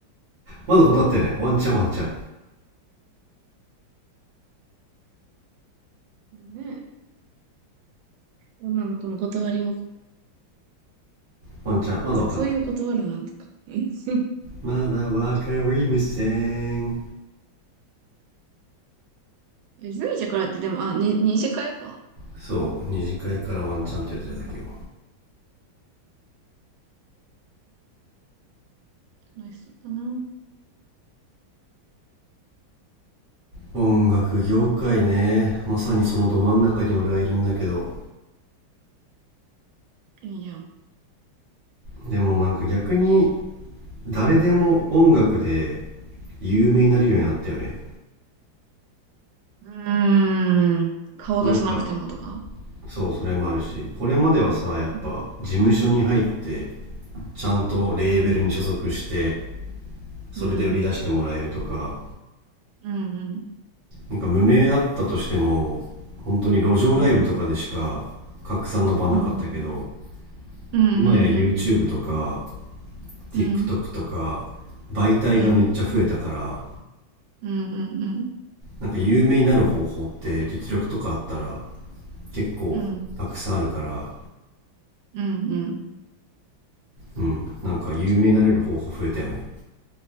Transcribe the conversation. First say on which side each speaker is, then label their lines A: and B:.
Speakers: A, on the right; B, on the right.
A: まだ断ってね。ワンチャンワンチャン。
B: ねえ。女の子の断りを
A: ワンチャン、まだわかんない。
B: 誘いを断るなとかジェ
A: まだわかりません。
B: イジェイからって、でも…あ、認識会か
A: そう、二次会からワンチャンって言ってるだけよ。
B: 楽しそうだなうん
A: 音楽業界ね。まさにそのど真ん中に俺はいるんだけど。
B: いいじゃん
A: でもなんか逆に誰でも音楽で有名になれるようになったよね。
B: うーん顔を出せなくてもとか
A: なんかそうそれもあるしこれまではさやっぱ事務所に入って
B: うん
A: ちゃんとレーベルに所属して
B: un un
A: それで売り出してもらえるとか
B: un un
A: なんか無名だったとしても本当に路上ライブとかでしか拡散の場なかったけど
B: un un un un
A: 今や YouTube とか TikTok
B: un un
A: とか媒体がめっちゃ増えたから
B: un un un un un
A: なんか有名になる方法って実力とかあったら結構たくさんあるから
B: un un un un un un un un un un un un un un un
A: うんなんか有名になれる方法増えたよね
B: 確かに